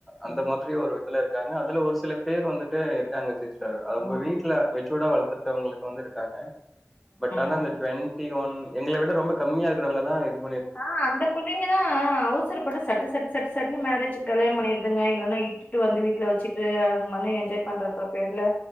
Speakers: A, in the centre; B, on the left (about 30°).
A: அந்த
B: ம்
A: மாதிரி ஒரு ல ருக்காங்க அதுல ஒரு சில பேர் வந்துட்டு இருக்காங்க சிஸ் டர் அவுங்க
B: ம்
A: வீட்ல மெச்சூடா வளத் ட்ருக்கவங்ளே ப்ப வந்து இருக்காங்க பட் ஆனா
B: ம்
A: அந்த ட்வெண்டி ஒன் எங்கள விட ரொம்ப கம்மியா இருக்கறவங்க தா இதுப்
B: ஆ அந்த புள்ளைங்கதா அ அ அவுசரப்பட்டு சட்டு சட்டு சட்டு சட்டுனு மேரேஜ்க் கல்யாணம் பண்ணிருதுங்க இல்லன்னா இட்டுட்டு வந்து வீட்ல வெச்சிட்டு அதுங் <unintelligible> என்ஜாய் பண்றன்ற பேர்ல